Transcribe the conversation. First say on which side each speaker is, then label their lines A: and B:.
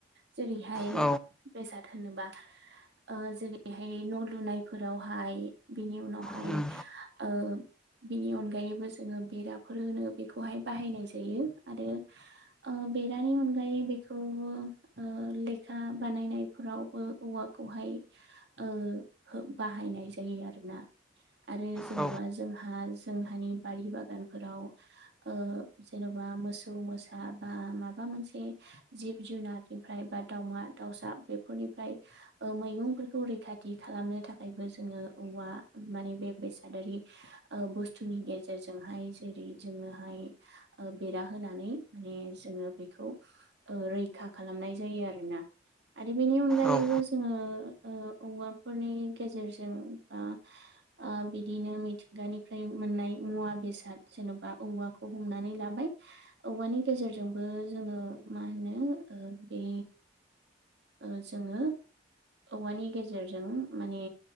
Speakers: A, on the right; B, in the centre.
A: जेरै हाय
B: औ
A: बेसाद होनोबा ओ जेरैहाय न' लुनायफोरावहाय बेनि उनावहाय
B: उम
A: ओ बिनि अनगायैबो जोङो बेराफोर होनो बेखौहाय बाहायनाय जायो। आरो ओ बेरानि अनगायै बेखौ ओ लेखा बानायनायफोरावबो औवा खौहाय ओ बाहायनाय जायो आरोना। आरो जेन'बा
B: औ
A: जोंहा जोंहानि बारि बागानफोराव ओ जेन'बा मोसौ मोसा बा माबा मोनसे जिब जुनारनिफ्राय बा दाउमा दाउसा बेफोरनिफ्राय मैगंफोरखौ रैखाथि खालामनो थाखायबो जोङो औवा माने बे बेसादारि बुस्थुनि गेजेरजोंहाय जेरै जोङोहाय ओ बेरा होनानै माने जोङो बेखौ रैखा खालामनाय जायो आरोना। आरो बेनि अनगायैबो
B: उम
A: जोङो औवाफोरनि गेजेरजों बा ओ बिदिनो मिथिंगानिफ्राय मोननाय मुवा बेसाद जेन'बा औवाखौ हमनानै लाबाय <unintelligible> औवानि गेजेरजोंबो जोङो मा होनो ओ बे ओ जोङो औवानि गेजेरजों माने,